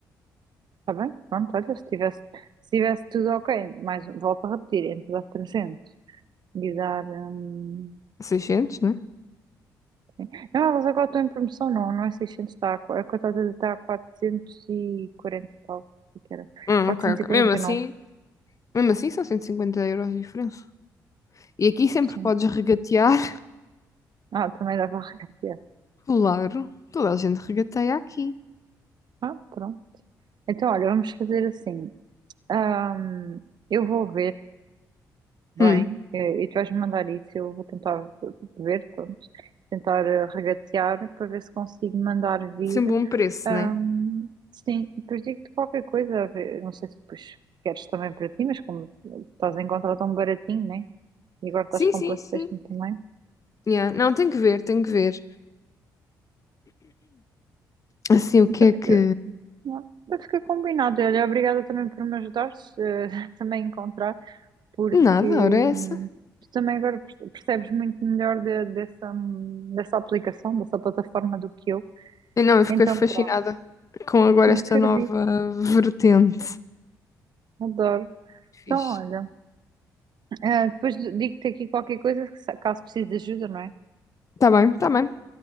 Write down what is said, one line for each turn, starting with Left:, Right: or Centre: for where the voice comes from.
Right: está bem? Pronto, olha, se tivesse, se tivesse tudo ok, mas volto a repetir, entre dar 300 e dar. hum,
Left: 600, né?
Right: Sim. Não, elas agora estão em promoção, não, não é 600, está a, qu- a cotada está a 440 e quarenta e tal, o que era?
Left: Hum,
Right: 449,
Left: ok, ok. Mesmo assim, mesmo assim são 150 euros de diferença. E aqui sempre
Right: sim.
Left: podes regatear,
Right: Ah, também dava a regatear.
Left: <laughs> claro, toda a gente regateia aqui.
Right: Ah, pronto. Então, olha, vamos fazer assim. Ahm, eu vou ver, bem,
Left: Hum,
Right: eh, e tu vais-me mandar isso, eu vou tentar ver, pronto, tentar eh, regatear para ver se consigo mandar vir.
Left: sempre um bom preço,
Right: Ahm,
Left: né?
Right: sim, depois digo-te qualquer coisa, a ver, não sei se depois queres também para ti, mas como estás a encontrar tão baratinho, né? E agora estás
Left: Sim,
Right: com
Left: sim,
Right: o PlayStation
Left: sim.
Right: também.
Left: Yeah. Não, tem que ver, tem que ver. Assim, o que
Right: Então
Left: é
Right: fica,
Left: que...
Right: não, então fica combinado. Olha, obrigada também por me ajudares eh, <laughs> também a encontrar, porque
Left: Nada, ora
Right: hum,
Left: é essa.
Right: tu também agora perce- percebes muito melhor de- dessa, hum, dessa aplicação, dessa plataforma do que eu.
Left: Eu não, eu fiquei
Right: Então
Left: fascinada
Right: pronto,
Left: com agora
Right: não
Left: esta
Right: acredito,
Left: nova vertente.
Right: adoro.
Left: Fixe.
Right: Então olha, eh, depois d- digo-te aqui qualquer coisa que sa- caso precise de ajuda, não é?
Left: Tá bem, tá bem.